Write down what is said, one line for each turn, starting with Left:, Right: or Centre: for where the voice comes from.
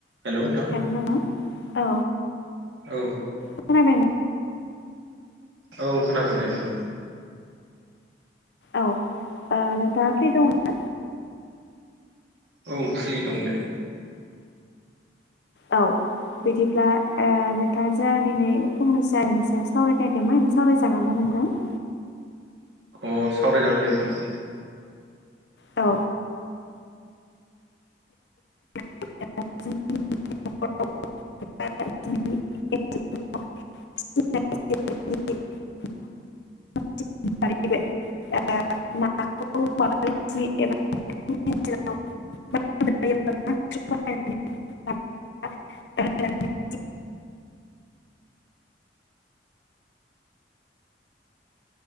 Right: हेल' नोंथां
Left: हेल'। औ
Right: औ
Left: खोनादोंना
Right: औ खोनादों दे नोंथां।
Left: औ ओ नोंथाङा फ्रि दङ ना?
Right: औ फ्रि दं दे।
Left: औ बिदिब्ला ओ नोंथां जों आं दिनै फंनैसो आरोनि सायाव सावरायनो नागिरदोंमोन सावरायजागोन ना नोंथां? <inaudible>
Right: अ सावरायजागोन दे नोंथां।
Left: औ <unintelligible> <unintelligible> <unintelligible> ना खौ माबानानै <inaudible> माबायोबा ना सु बाहायनानै <inaudible> ओ!